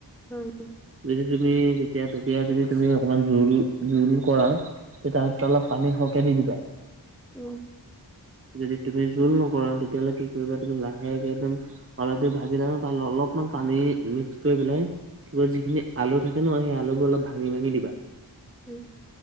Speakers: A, in the centre; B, on the right.
A: উম।
B: যদি তুমি যেতিয়া তেতিয়া যদি তুমি অকমান জোল জোল কৰা। তেতিয়া তাত অলপ পানী সৰহকে দি দিবা।
A: উম।
B: যদি তুমি জোল নকৰা তেতিয়াহ'লে কি কৰিবা লাহেকে একদম অলপ দেৰি ভাজিলা নহয় তাত অলপমান পানী মিক্স কৰি পেলাই কিবা যিখিনি আলু থাকে ন' সেই আলুবোৰ অলপ ভাঙি ভাঙি দিবা।
A: উম।